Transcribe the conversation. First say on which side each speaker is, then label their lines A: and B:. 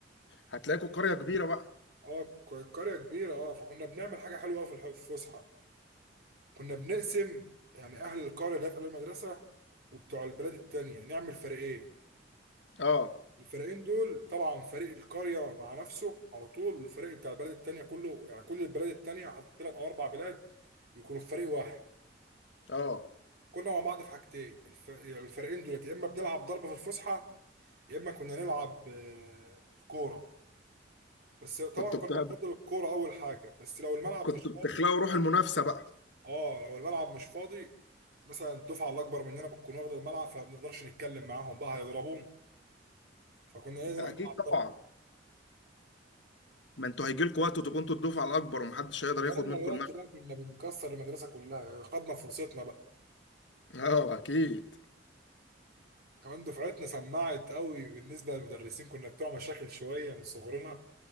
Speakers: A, on the left (about 70°); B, on the right (about 60°).
A: هتلاقيكوا
B: كنا-
A: قريه كبيره بقى
B: اه ك- قريه كبيره اه فكنا بنعمل حاجه حلوه أوي في الح- في الفسحه كنا بنقسم يعني اهل القريه اللي هي في قلب المدرسه وبتوع البلاد التانية نعمل فريقين
A: اه
B: الفريقين دول طبعا فريق القريه مع نفسه على طول والفريق بتاع البلد التانيه كله يعني كل البلاد التانيه حط ثلاث او اربع بلاد يكونوا في فريق واحد
A: اه
B: كنا مع بعض في حاجتين الف- الفريقين دولت يا اما بنلعب ضربه في الفسحه يا اما كنا نلعب آه، كوره بس طبعا
A: كنتوا
B: كنا
A: بت...
B: بنفضل الكوره اول حاجه بس لو الملعب
A: كنتوا
B: مش
A: بتخلقوا
B: فاضي
A: روح المنافسه بقى
B: اه لو الملعب مش فاضي مثلا الدفعه الاكبر مننا بتكون واخده الملعب فما بنقدرش نتكلم معاهم بقى هيضربونا فكنا إيه نروح
A: اكيد
B: نلعب
A: طبعا
B: ضربه
A: ما انتوا هيجي لكم وقت وتبقوا انتوا الدفعه الاكبر ومحدش
B: احنا لما
A: هيقدر
B: كنا
A: ياخد منكم
B: الوقت
A: المعنى
B: ده كنا بنكسر المدرسه كلها خدنا فرصتنا بقى
A: اه اكيد
B: كمان دفعتنا سمعت قوي بالنسبه للمدرسين كنا بتوع مشاكل شويه من صغرنا